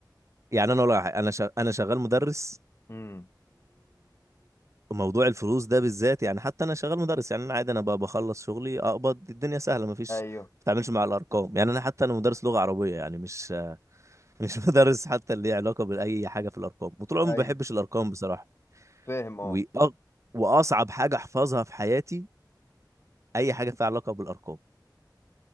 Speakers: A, on the right (about 40°); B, on the left (about 35°).
A: يعني انا اقول لك على حاجة، انا شغ... انا شغال مدرس
B: امم
A: وموضوع الفلوس ده بالذات يعني حتى انا شغال مدرس يعني انا عادي انا بقى بخلص شغلي اقبض الدنيا سهله مفيش
B: ايوه
A: ما بتعملش مع الارقام يعني انا حتى انا مدرس لغه عربيه يعني مش مش <laughs> مدرس حتى اللي ليه علاقه باي حاجه في الارقام وطول عمري
B: ايوه
A: ما بحبش الارقام بصراحه
B: فاهم اه
A: وأ... واصعب حاجه احفظها في حياتي اي حاجه فيها علاقه بالارقام